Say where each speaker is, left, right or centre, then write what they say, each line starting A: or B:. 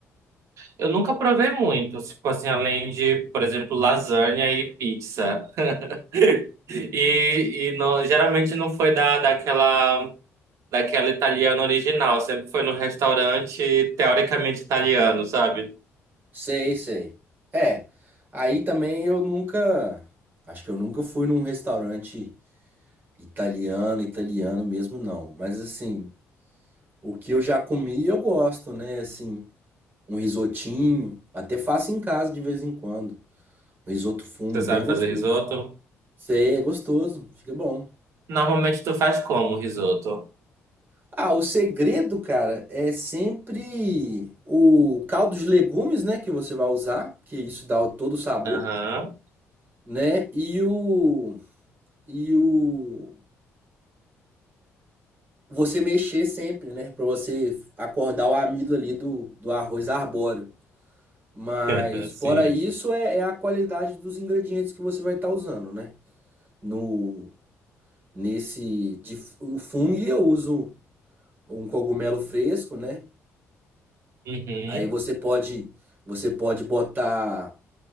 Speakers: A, on the right (about 75°); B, on the right (about 40°).
A: Eu nunca provei muito, tipo assim, além de, por exemplo, lasanha e pizza. <laughs> E, e não- geralmente não foi da, daquela, daquela italiana original, sempre foi no restaurante teoricamente italiano, sabe?
B: Sei, sei. É, aí também eu nunca. Acho que eu nunca fui num restaurante italiano, italiano mesmo, não. Mas assim, o que eu já comi eu gosto, né? Assim, um risotinho. Até faço em casa de vez em quando. Um risoto funghi
A: Você
B: bem
A: sabe
B: gostoso.
A: fazer risoto?
B: Sei, é gostoso, fica bom.
A: Normalmente tu faz como risoto?
B: Ah, o segredo, cara, é sempre o caldo de legumes, né, que você vai usar, que isso dá o- todo o sabor,
A: Aham,
B: né? E o e o você mexer sempre, né, Pra você acordar o amido ali do, do arroz arbóreo. Mas
A: <laughs>
B: fora
A: sim.
B: isso é, é a qualidade dos ingredientes que você vai estar usando, né? No nesse de f- o fungo eu uso um cogumelo fresco, né?
A: Uhum.
B: Aí você pode, você pode botar,